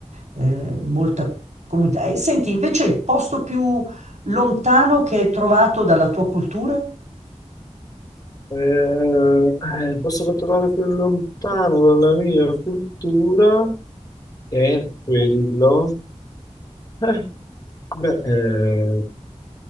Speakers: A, on the right (about 65°); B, on the left (about 30°).
A: eh, molta comunità. E senti, invece il posto più lontano che hai trovato dalla tua cultura?
B: Eh, eh, posso trovare più lontano dalla mia cultura che è quello. Eh, beh, eh,